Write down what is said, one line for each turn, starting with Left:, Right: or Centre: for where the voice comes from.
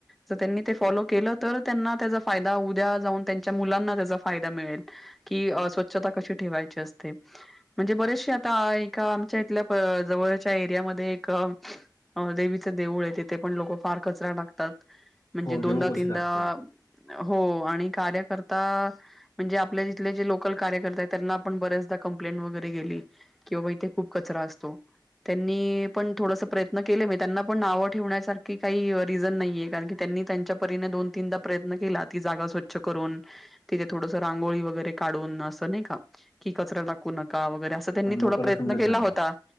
Centre: जर त्यांनी ते फॉलो केलं तर त्यांना त्याचा फायदा उद्या जाऊन त्यांच्या मुलांना त्याचा फायदा मिळेल. कि स्वच्छता कशी ठेवायची असते म्हणजे बरेचसे आता एका आमच्या इथल्या जवळच्या एरियामध्ये एक अ देवीच देऊळ आहे तिथे पण लोक फार कचरा टाकतात म्हणजे
Left: हो, देऊळपाशी
Centre: दोनदा तीनदा
Left: टाकतात.
Centre: हो आणि कार्यकर्ता म्हणजे आपल्या जिथले जे लोकल कार्यकर्ता त्यांना आपण बऱ्याचदा कंप्लेंट वगैरे गेली. किंवा इथे खूप कचरा असतो. त्यांनी पण थोडस प्रयत्न केले म त्यांना पण नावं ठेवण्यासारखी काही रिझन नाहीये कारण की त्यांनी त्यांच्या परीने दोन तीनदा प्रयत्न केला ती जागा स्वच्छ करून तिथे थोडस रांगोळी वगैरे काढून असं नाही का कि कचरा टाकू नका वगैरे असं.
Left: पण लोकांना
Centre: थोडा प्रयत्न
Left: समजत
Centre: केला
Left: नाही.
Centre: होता